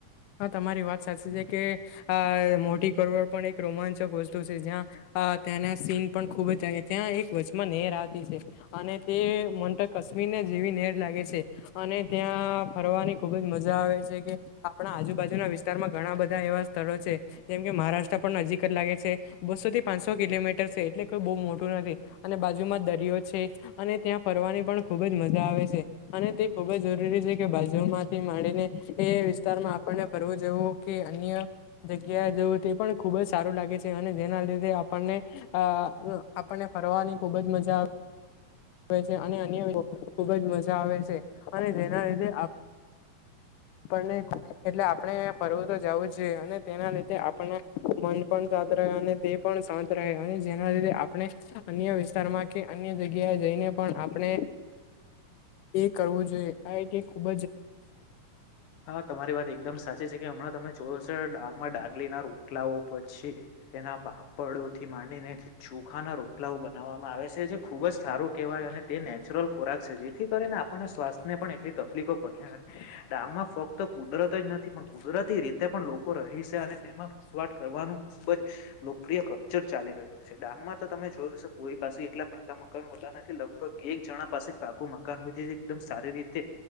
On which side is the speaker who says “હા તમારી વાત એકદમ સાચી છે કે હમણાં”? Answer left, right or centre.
Left